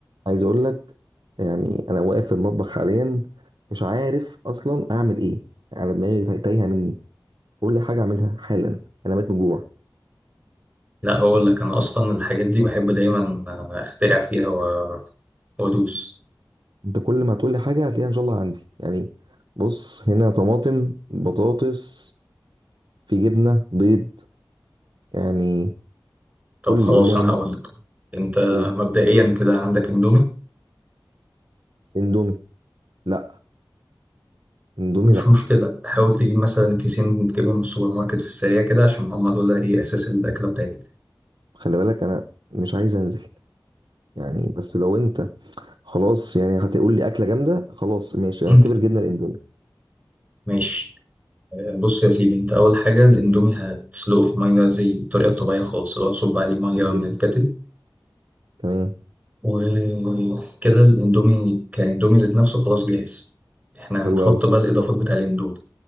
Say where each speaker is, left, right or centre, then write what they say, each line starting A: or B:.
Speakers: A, on the right; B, on the right.
A: عايز اقول لك يعني انا واقف في المطبخ حاليا مش عارف اصلا اعمل ايه يعني انا دماغي تاي- تايهه مني قول لي حاجه اعملها حالا انا ميت من الجوع
B: لا هقول لك انا اصلا الحاجات دي بحب دايما اخترع فيها و- وادوس
A: انت كل ما هتقول لي حاجه هتلاقيها ان شاء الله عندي يعني بص هنا طماطم بطاطس في جبنه بيض يعني
B: طب
A: قول
B: خلاص
A: لي قول لي انا
B: انا
A: ممكن
B: هقول لك انت
A: اقول
B: مبدئيا كده عندك اندومي
A: اندومي لا اندومي
B: مش
A: لا
B: مشكله حاول تجيب مثلا كيسين تجيبهم من السوبر ماركت في السريع كده عشان هما دول ايه اساس الاكله بتاعتك
A: خلي بالك انا مش عايز انزل يعني بس لو انت خلاص يعني هتقول لي اكله جامده خلاص ماشي
B: <clears throat>
A: اعتبر جبنه الاندومي
B: ماشي آه، بص يا سيدي انت اول حاجه الاندومي هتسلقه في ميه زي الطريقه الطبيعيه خالص اللي هو تصب عليه ميه
A: حلو
B: من
A: جدا
B: الكتل
A: تمام
B: وكده الاندومي كاندومي ذات نفسه خلاص جاهز احنا
A: حلو
B: هنحط
A: قوي
B: بقى الاضافات بتاع الاندومي